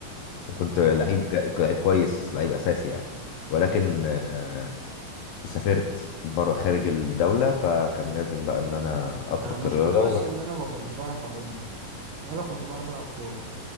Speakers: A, on the left (about 80°); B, on the right (about 75°).
A: وكنت
B: اه
A: لعيب جا- لعيب كويس لعيب اساسي يعني ولكن
B: أيوه أيوه
A: آه، سافرت بره خارج الدولة فكان لازم بقى ان انا اترك
B: أنا المشكلة
A: الرياضة
B: بس إن أنا ما كنتش بعرف أعوم يعني ولا كنت بعرف ألعب كورة ف